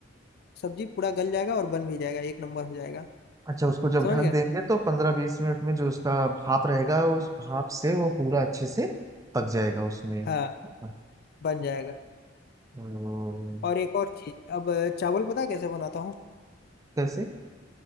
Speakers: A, on the left; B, on the right.
A: सब्जी पूरा गल जाएगा और बन भी जाएगा एक नंबर हो जाएगा
B: अच्छा उसको जब
A: समझ
B: ढक
A: गए
B: देंगे तो पंद्रह बीस मिनट में जो उसका भाप रहेगा उस भाप से वो पूरा अच्छे से पक जाएगा उसमें हाँ,
A: हाँ बन जाएगा
B: तो
A: और एक और चीज अब अ, चावल पता है कैसे बनाता हूँ
B: कैसे